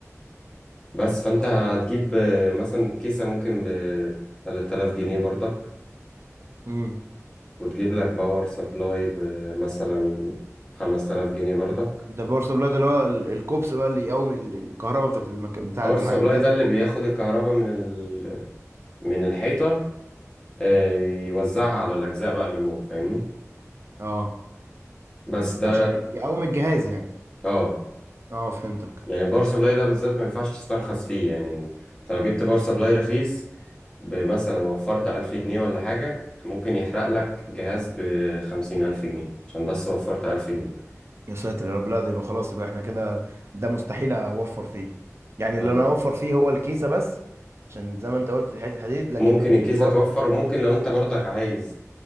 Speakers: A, on the left (about 15°); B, on the right (about 50°).
A: بس فأنت
B: طب
A: هتجيب آه، مثلا كيسة ممكن ب 3000 جنيه برضك
B: امم
A: وتجيب لك باور سبلاي بمثلا 5000 جنيه برضك
B: ده باور سبلاي ده اللي هو ال- الكوبس بقى اللي يقوم ال- الكهرباء بتاعت المك... بتاع
A: باور
B: الح-
A: سبلاي
B: الجهاز
A: ده
B: ده
A: اللي
B: كله
A: بياخد الكهرباء من ال... من الحيطة آه، يوزعها على الأجزاء بقى اللي جوه فاهمني
B: اه
A: بس ده
B: عشان ي- يقوم الجهاز يعني
A: اه
B: اه فهمتك
A: يعني بار سبلاي ده بالذات ما ينفعش تسترخص فيه يعني انت لو جبت بار سبلاي رخيص بمثلا وفرت ألف جنيه ولا حاجة ممكن يحرق لك جهاز بخمسين ألف جنيه عشان بس وفرت ألف جنيه
B: يا ساتر يا رب لا ده يبقى خلاص يبقى احنا كده ده مستحيل اوفر فيه يعني
A: اه
B: اللي انا اوفر فيه هو الكيسة بس عشان زي ما انت قلت دي حتة حديد لكن
A: ممكن
B: ال-
A: الكيسة
B: البار
A: توفر وممكن لو انت برضك عايز